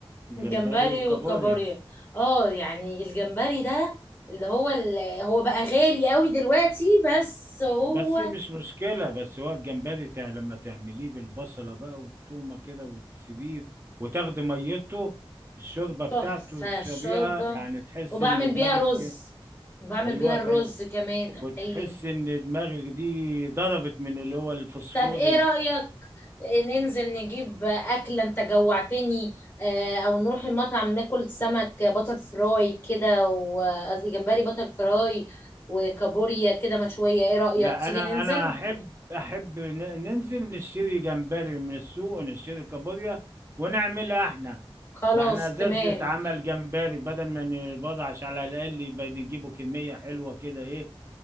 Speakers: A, on the right; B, on the left.
A: جمبري
B: الجمبري
A: وكابوريا
B: والكابوريا اه يعني الجمبري ده اللي هو اللي هو بقى غالي قوي دلوقتي بس هو
A: بس مش مشكلة بس هو الجمبري تع... لما تعمليه بالبصلة بقى والتومة كده وتسيبيه وتاخدي ميته الشوربة بتاعته
B: تحفة
A: وتشربيها
B: الشوربة
A: يعني تحس
B: وبعمل
A: ان دماغك
B: بيها رز
A: إيه؟
B: وبعمل
A: ايوه
B: بيها الرز
A: تع-
B: كمان احيه
A: وتحس ان دماغك دي ضربت من اللي هو الفوسفور
B: طب ايه رأيك ننزل نجيب أكلة انت جوعتني آه، او نروح المطعم ناكل سمك باتر فراي كده وقصدي جمبري باتر فراي وكابوريا كده مشوية ايه رأيك
A: لا
B: تيجي
A: انا
B: ننزل
A: انا احب احب ن- ننزل نشتري جمبري من السوق ونشتري كابوريا ونعملها احنا
B: خلاص
A: ما احنا ازاز
B: تمام
A: اتعمل جمبري بدل ما نبضعش على الاقل يبقى نجيبه كمية حلوة كده ايه